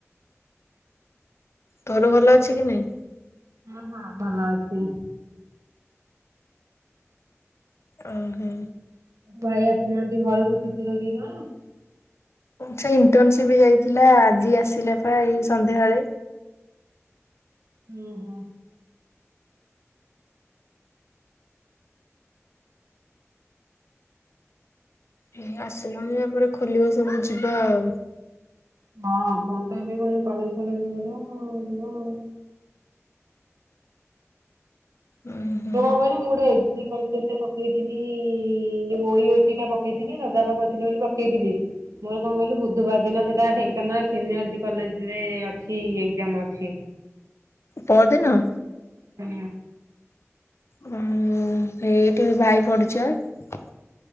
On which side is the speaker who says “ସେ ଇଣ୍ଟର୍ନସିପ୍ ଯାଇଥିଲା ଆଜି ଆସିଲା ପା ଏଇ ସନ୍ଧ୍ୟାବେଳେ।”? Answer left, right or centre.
Left